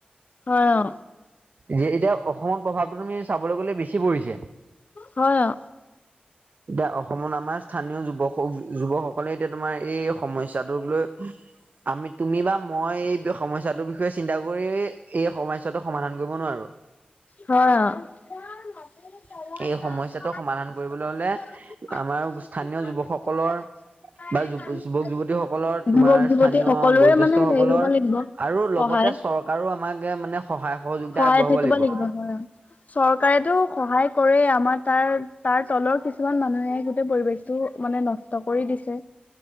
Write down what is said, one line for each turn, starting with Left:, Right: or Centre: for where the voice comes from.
Left: হয় অ'।
Right: যে এতিয়া অসমত প্ৰভাৱটো তুমি চাবলৈ গলে বেছি পৰিছে।
Left: হয় অ
Right: এতিয়া অসমত আমাৰ স্থানীয় যুৱক যুৱকসকলে এতিয়া তোমাৰ এই সমস্যাটোক লৈ আমি তুমি বা মই এই সমস্যাটোৰ বিষয়ে চিন্তা কৰি এই সমস্যাটো সমাধান কৰিব নোৱাৰোঁ।
Left: হয় অ'। যুৱক
Right: <unintelligible> এই সমস্যাটো সমাধান কৰিবলৈ হলে আমাৰ স্থানীয় যুৱকসকলৰ বা যুৱক যুৱতীসকলৰ তোমাৰ
Left: যুৱতী
Right: স্থানীয়
Left: সকলোৰে
Right: বয়োজেষ্ঠসকলৰ
Left: মানে হেৰি হ'ব লাগিব
Right: আৰু লগতে
Left: সহায়
Right: চৰকাৰোও আমাকে মানে সহায় সহযোগিতা
Left: সহায়
Right: আগবঢ়াব
Left: থাকিব
Right: লাগিব।
Left: হয় চৰকাৰেতো সহায় কৰে আমাৰ তাৰ, তাৰ তলৰ কিছুমান মানুহে গোটেই পৰিৱেশতটো মানে নষ্ট কৰি দিছে।